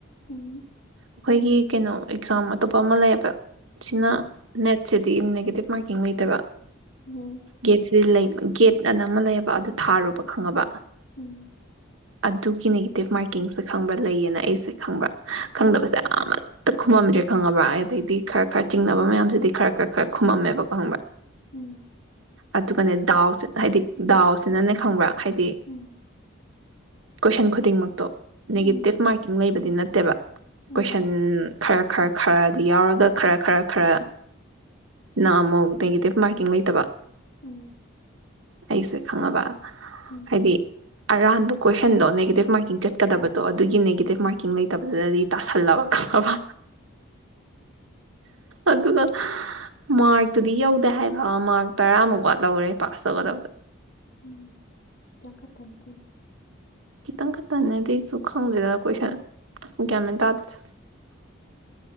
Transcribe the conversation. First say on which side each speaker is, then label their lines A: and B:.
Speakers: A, on the left (about 70°); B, on the right (about 80°).
A: ꯎꯝ
B: ꯑꯩꯈꯣꯏꯒꯤ ꯀꯩꯅꯣ ꯑꯦꯛꯖꯥꯝ ꯑꯇꯣꯞꯄ ꯑꯃ ꯂꯩꯌꯦꯕ ꯁꯤꯅ
A: ꯎꯝ
B: ꯅꯦꯠꯁꯤꯗꯤ ꯅꯦꯒꯦꯇꯤꯞ ꯃꯥꯔꯀꯤꯡ ꯂꯩꯇꯕ
A: ꯎꯝ
B: ꯒꯦꯠꯁꯤꯗꯤ ꯂꯩ ꯒꯦꯠ ꯑꯅ ꯑꯃ ꯂꯩꯌꯦꯕ ꯑꯗꯨ ꯊꯥꯔꯨꯕ ꯈꯪꯉꯕ
A: ꯎꯝ
B: ꯑꯗꯨꯒꯤ ꯅꯦꯒꯦꯇꯤꯞ ꯃꯥꯔꯀꯤꯡꯁꯦ ꯈꯪꯕ꯭ꯔꯥ ꯂꯩꯌꯦꯅ ꯑꯩꯁꯦ ꯈꯪꯕ꯭ꯔꯥ
A: ꯎꯝ
B: ꯈꯪꯗꯕꯁꯦ ꯑꯃꯠꯇ ꯈꯨꯝꯃꯝꯗ꯭ꯔꯦ ꯈꯪꯉꯕ꯭ꯔ ꯑꯗꯩꯗꯤ ꯈꯔ ꯈꯔ ꯆꯤꯡꯅꯕ ꯃꯌꯥꯝꯁꯤꯗꯤ ꯈꯔ ꯈꯔ ꯈꯔ ꯈꯃꯝꯃꯦꯕ ꯈꯪꯕ꯭ꯔꯥ
A: ꯈꯪꯕ꯭ꯔꯥ ꯎꯝ
B: ꯑꯗꯨꯒꯅꯦ ꯗꯥꯎꯁꯤ ꯍꯥꯏꯗꯤ ꯗꯥꯎꯁꯤꯅꯅꯦ ꯈꯪꯕ꯭ꯔꯥ ꯍꯥꯏꯗꯤ
A: ꯎꯝ
B: ꯀꯣꯏꯁꯟ ꯈꯨꯗꯤꯡꯃꯛꯇꯣ ꯅꯦꯒꯦꯇꯤꯞ
A: ꯎꯝ
B: ꯃꯥꯔꯀꯤꯡ ꯂꯩꯕꯗꯤ ꯅꯠꯇꯦ ꯠꯇꯕ
A: ꯎꯝ
B: ꯀꯣꯏꯁꯟ ꯈꯔ ꯈꯔ ꯈꯔꯗꯤ ꯌꯥꯎꯔꯒ ꯈꯔ ꯈꯔ ꯈꯔ ꯅ ꯑꯃꯨꯛ ꯅꯦꯒꯦꯇꯤꯞ ꯃꯥꯔꯀꯤꯡ ꯂꯩꯇꯕ
A: ꯎꯝ
B: ꯑꯩꯁꯦ ꯈꯪꯉꯕ
A: ꯎꯝ
B: ꯍꯥꯏꯗꯤ ꯑꯔꯥꯟꯕ ꯀꯣꯏꯁꯟꯗꯣ ꯅꯦꯒꯦꯇꯤꯞ ꯃꯥꯔꯀꯤꯡ ꯆꯠꯀꯗꯕꯗꯣ ꯑꯗꯨꯒꯤ ꯅꯦꯒꯦꯇꯤꯞ ꯃꯥꯔꯀꯤꯡ ꯂꯩꯇꯕꯗꯨꯗꯗꯤ ꯇꯁꯜꯂꯕ ꯈꯪꯉꯕ ꯑꯗꯨꯒ ꯃꯥꯔꯛꯇꯨꯗꯤ ꯌꯧꯗꯦ ꯍꯥꯏꯕ ꯃꯥꯔꯛ ꯇꯔꯥꯃꯨꯛ ꯋꯥ ꯂꯧꯔꯦ ꯄꯥꯁ ꯇꯧꯒꯗꯕꯗ
A: ꯎꯝ ꯈꯤꯇꯪ ꯈꯇꯥꯅꯤ ꯀꯩꯅꯣ
B: ꯈꯤꯇꯪ ꯈꯛꯇꯅꯦ ꯑꯗꯨꯁꯨ ꯈꯪꯗꯦꯗ ꯀꯣꯏꯁꯟ ꯒ꯭ꯥꯟꯃꯦꯟ ꯇꯥꯗꯦꯗ